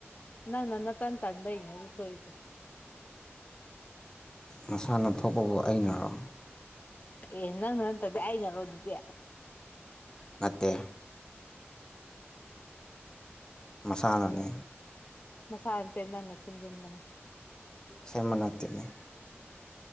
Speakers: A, on the left (about 40°); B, on the left (about 15°).
A: ꯅꯡꯅ ꯅꯇꯥꯟ ꯇꯥꯟꯕꯩꯅꯦ ꯑꯗꯨ ꯊꯣꯛꯏꯗꯨ
B: ꯃꯁꯥꯅ ꯊꯣꯛꯄꯕꯨ ꯑꯩꯅꯔꯣ
A: ꯑꯦ ꯅꯪꯅ ꯅꯠꯇꯗꯤ ꯑꯩꯅꯔꯣ ꯑꯗꯨꯗꯤ
B: ꯅꯠꯇꯦ ꯃꯁꯥꯅꯅꯤ
A: ꯃꯁꯥꯅ ꯅꯠꯇꯦ ꯅꯪꯅ ꯁꯦꯝꯖꯤꯟꯕꯅꯦ
B: ꯁꯦꯝꯕ ꯅꯠꯇꯦꯅꯦ